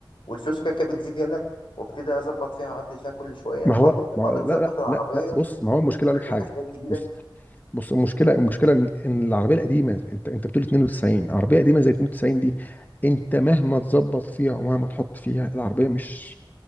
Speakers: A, on the left; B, on the left.
A: والفلوس كده كده بتزيد هنا وابتدي اظبط فيها اعدل فيها كل شويه
B: ما هو
A: برضو انت لما
B: ما هو
A: بتظبط
B: لا لا
A: العربيه
B: لا لا بص ما هو المشكله
A: بتركب
B: اقول لك حاجه
A: لها حاجات جديده
B: بص بص المشكله المشكله ان إن العربيه القديمه انت انت بتقول 92 عربيه قديمه زي 92 دي انت مهما تظبط فيها ومهما تحط فيها العربيه مش